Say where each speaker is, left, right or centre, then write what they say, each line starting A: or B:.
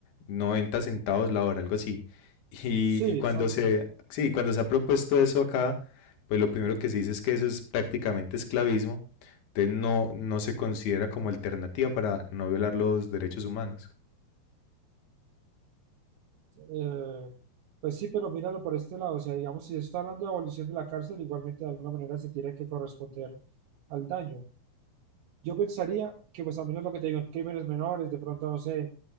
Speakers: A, on the left (about 65°); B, on the right (about 75°).
A: 90 centavos la hora, algo así. Y,
B: Sí,
A: y cuando
B: son,
A: se, sí, cuando se ha propuesto eso acá, pues lo primero que se dice es que eso es prácticamente esclavismo, entonces no, no se considera como alternativa para no violar los derechos humanos.
B: eh, pues sí, pero míralo por este lado, o sea, digamos, si se está hablando de abolición de la cárcel, igualmente de alguna manera se tiene que corresponder al daño. Yo pensaría que, pues, al menos lo que te digo, en crímenes menores, de pronto, no sé,